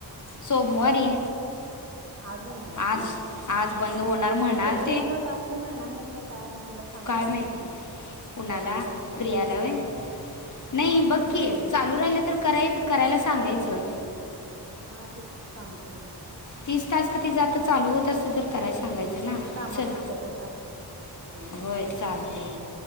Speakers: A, on the left; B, on the right.
A: सोमवारी.
B: आज होणार आहे
A: आज
B: का?
A: आज बंद होणार म्हणाल
B: मग ते बंद झाल्यावर टास् मिळणार नाही ते काय त्याला सांगतो
A: काय माहिती
B: तर
A: कुणाला,
B: कॉलिंग कम्प्लीट
A: प्रियाला
B: कर म्हणून
A: व्हय
B: ह
A: नाही बघकी चालू राहिलं तर करायच करायला सांगायचं?
B: हा तेच की सांगतो ग
A: तीस टास्क तीच जर आता चालू होत असते तर करायला सांगायचं
B: ते काहीतरी
A: ना
B: कामात
A: चल
B: असते का सास सासऱ्या
A: होय चालतंय